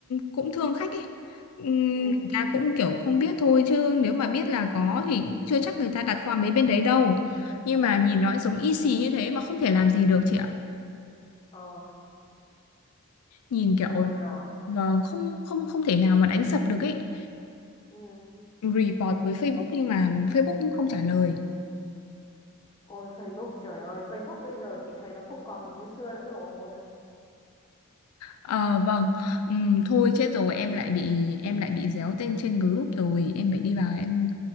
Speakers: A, on the left (about 85°); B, on the left (about 20°).
A: cũng thương khách ấy. Ừm,
B: Ừ.
A: Người ta cũng kiểu không biết thôi chứ nếu mà biết là có thì cũng chưa chắc người ta đặt qua mấy bên đấy đâu. Nhưng mà nhìn nó giống y xì như thế mà không thể làm gì được chị ạ.
B: Ờ,
A: Nhìn kiểu
B: buồn nhờ.
A: vâng không không không thể nào mà đánh sập được ấy.
B: Ừ.
A: Report với Facebook nhưng mà Facebook cũng không trả lời.
B: Ôi Facebook trời ơi, Facebook bây giờ chị thấy nó không còn được như xưa nữa rồi.
A: Ờ vâng, Ừm, thôi chết rồi em lại bị em lại bị réo tên trên group rồi em phải đi vào em